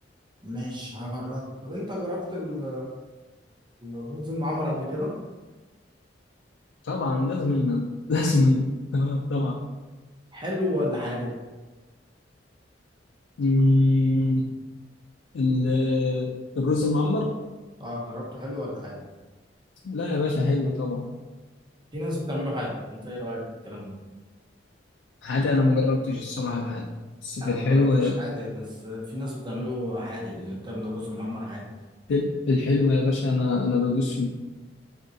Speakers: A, on the right (about 25°); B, on the left (about 90°).
A: مش هجربها طب انت جربت ال- الرز المعمر قبل كده
B: طبعا لازم لازم آه طبعا
A: حلو ولا حادق
B: مم، ال... الرز المعمر
A: اه جربته حلو ولا حادق
B: لا يا باشا حلو طبعا
A: في ناس بتعمله حادق انت ايه رايك في الكلام ده
B: حادق انا ما جربتش الصراحه الحادق بس في
A: انا
B: الحلو
A: ما جربتوش حادق بس في ناس بتعمله حادق يعني بتعمل الرز المعمر حادق
B: في في الحلو يا باشا انا انا بدوس فيه